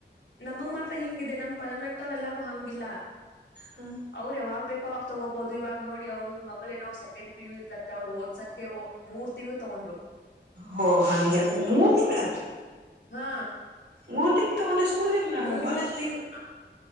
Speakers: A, on the left; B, on the right.
A: ನಮಗ್ ಮಾತ್ರ ಹಿಂಗಿದೆ ನಮ್ ಪರ್ಮನೆಂಟ್ ಅವ್ರ ಎಲ್ಲಾನು ಹಂಗಿಲ್ಲಾ
B: ಹ್ಮ
A: ಅವ್ರ ಯಾವಾಗ ಬೇಕೋ ಅವಾಗ ತಗೋಬಹುದು ಇವಾಗ ನೋಡಿ ಅವ್ರ ಮಗಳ ಏನೋ ಸೆಕೆಂಡ್ ಪಿ ಯ ಇರ್ ಅಂತೆ ಅವಳ ಓದ್ಸಕ್ಕೆೆ ಮೂರ್ ತಿಂಗಗಳು ತೊಗೊಂಡ್ರು
B: ಹೊೋ ಹಂಗೆ ಮೂರ್ ತಿಂಗಳ
A: ಹಾ
B: ಮೂಊರ್ ತಿಂಗ ತಗೊಂಡೆ ಸ್ಕೂಲ್ ಹ ನ
A: ಮೂರ್
B: ಕಾಲೇಜ
A: ತಿಂಗ್